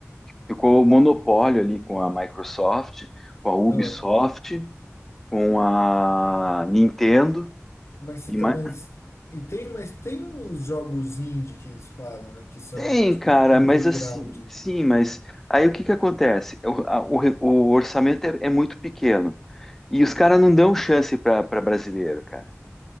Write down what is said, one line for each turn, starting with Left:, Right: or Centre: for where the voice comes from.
Centre: ficou o monopólio ali com a Microsoft, com a Ubisoft,
Left: Ah,
Centre: com a Nintendo
Left: mas você
Centre: e ma-
Left: tá, mas e tem, mas tem os jogos indie que eles falam, né, que são
Centre: tem,
Left: tipo
Centre: cara,
Left: underground,
Centre: mas assim,
Left: né?
Centre: sim, mas aí o que que acontece? O, a- o re- o orçamento é, é muito pequeno e os caras não dão chance para brasileiro, cara.